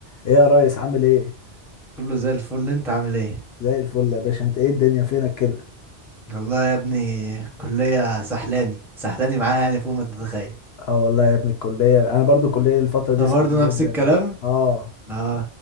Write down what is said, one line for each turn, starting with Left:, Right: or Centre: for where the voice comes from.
Left: ايه يا ريس عامل ايه
Centre: كله زي الفل انت عامل ايه
Left: زي الفل يا باشا انت ايه الدنيا فينك كده
Centre: والله يا ابني الكلية سحلاني سحلاني معاها يعني فوق ما تتخيل
Left: اه والله يا ابني الكليه انا برضو الكليه الفتره دي
Centre: انت
Left: صعبه
Centre: برضه
Left: جدا
Centre: نفس الكلام
Left: اه
Centre: اه